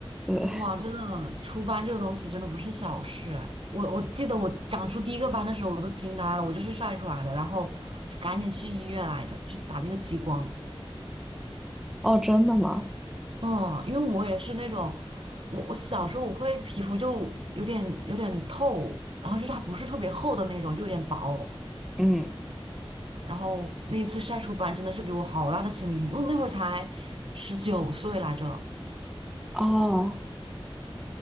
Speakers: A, in the centre; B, on the right (about 65°).
A: 对，
B: 哇，真的，出斑这个东西真的不是小事哎。我我记得我长出第一个斑的时候，我都惊呆了，我就是晒出来的，然后我就赶紧去医院来着，去打那个激光。
A: 哦，真的吗？
B: 嗯，因为我也是那种，我我小时候我会皮肤就有点有点透，然后就是它不是特别厚的那种，就有点薄。
A: 嗯。
B: 然后那一次晒出斑真的是给我好大的心理阴影，我那会儿才十九岁来着，
A: 哦，